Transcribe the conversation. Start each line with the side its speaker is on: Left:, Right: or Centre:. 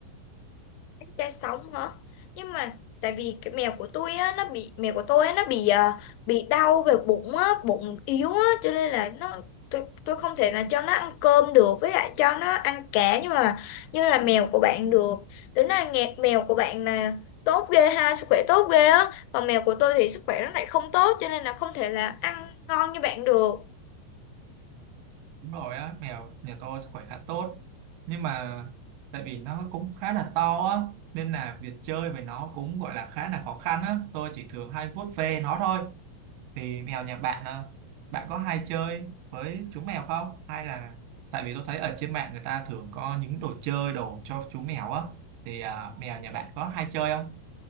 Left: ra sóng hả nhưng mà tại vì cái mèo của tôi á nó bị mèo của tôi á nó bị à, bị đau về bụng á bụng yếu á cho nên là nó tôi tôi không thể là cho nó ăn cơm được với lại cho nó ăn cá nhưng mà như là mèo của bạn được tính là nghe mèo của bạn là tốt ghê ha sức khỏe tốt ghê á còn mèo của tôi thì sức khỏe nó lại không tốt cho nên là không thể là ăn ngon như bạn được
Right: Đúng rồi á, mèo nhà tôi sức khỏe khá tốt. Nhưng mà tại vì nó cũng khá là to á, nên là việc chơi với nó cũng gọi là khá là khó khăn á. Tôi chỉ thường hay vuốt ve nó thôi. Thì mèo nhà bạn, à, bạn có hay chơi với chú mèo không? Hay là tại vì tôi thấy ở trên mạng người ta thường có những đồ chơi đồ cho chú mèo á. Thì à, mèo nhà bạn có hay chơi không?